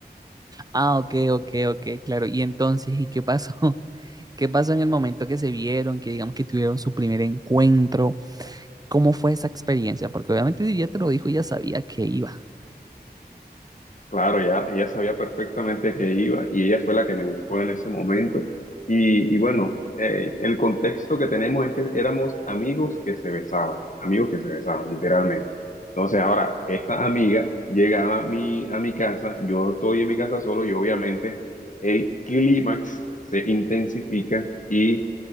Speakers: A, on the right (about 20°); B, on the left (about 50°).
A: Ah, ok, ok, ok, claro. Y entonces, ¿y qué pasó? <laughs> ¿Qué pasó en el momento que se vieron, que digamos que tuvieron su primer encuentro? ¿Cómo fue esa experiencia? Porque obviamente si ya te lo dijo, ya sabía que iba.
B: Claro, ya, ella sabía perfectamente a qué iba y ella fue la que me buscó en ese momento. Y, y bueno, eh, el contexto que tenemos es que éramos amigos que se besaban, amigos que se besaban, literalmente. Entonces ahora, esta amiga llega a mi, a mi casa, yo estoy en mi casa solo y obviamente el clímax se intensifica y